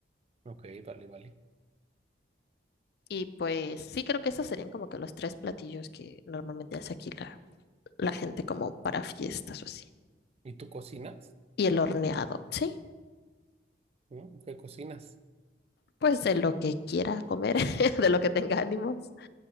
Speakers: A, on the right; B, on the left.
A: ok, vale, vale.
B: Y pues sí, creo que esos serían como que los tres platillos que normalmente hace aquí la, la gente como para fiestas o así.
A: ¿Y tú cocinas?
B: Y el horneado, sí,
A: ¿Mm? ¿Qué cocinas?
B: pues de lo que quiera comer, <laughs> de lo que tenga ánimos.